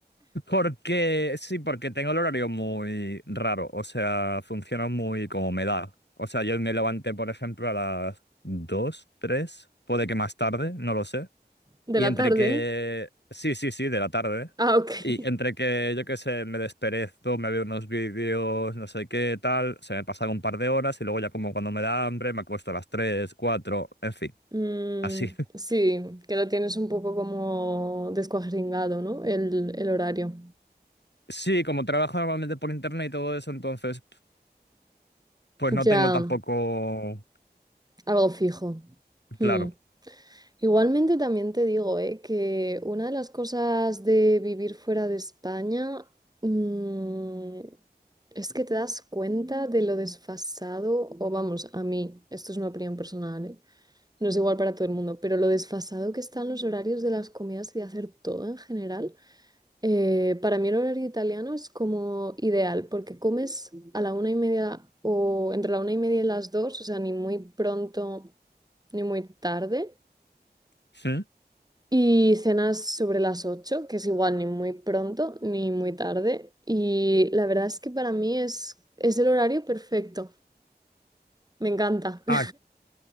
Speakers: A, on the left; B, on the right.
A: Porque, sí, porque tengo el horario muy raro, o sea, funciona muy como me da. O sea, yo me levanté, por ejemplo, a las 2 3 puede que más tarde, no lo sé.
B: De
A: Y
B: la
A: entre
B: tarde.
A: que, sí, sí, sí, de la tarde.
B: Ah, ok.
A: Y entre que, yo qué sé, me desperezo, me veo unos vídeos, no sé qué, tal, se me pasan un par de horas y luego ya como cuando me da hambre me acuesto a las 3 4 en fin,
B: Mm,
A: así. <laughs>
B: sí, que lo tienes un poco como descuajeringado, ¿no? El, el horario.
A: Sí, como trabajo normalmente por internet y todo eso, entonces, pues no
B: Ya,
A: tengo tampoco
B: algo fijo.
A: Claro.
B: Hmm. Igualmente también te digo, eh, que una de las cosas de vivir fuera de España, mm, es que te das cuenta de lo desfasado, o vamos, a mí, esto es una opinión personal, ¿eh? No es igual para todo el mundo, pero lo desfasado que están los horarios de las comidas y de hacer todo en general, eh, para mí el horario italiano es como ideal, porque comes a la una y media o entre la una y media y las dos, o sea, ni muy pronto ni muy tarde,
A: Sí.
B: y cenas sobre las ocho, que es igual ni muy pronto ni muy tarde, y la verdad es que para mí es, es el horario perfecto, me encanta. <laughs>
A: Ah,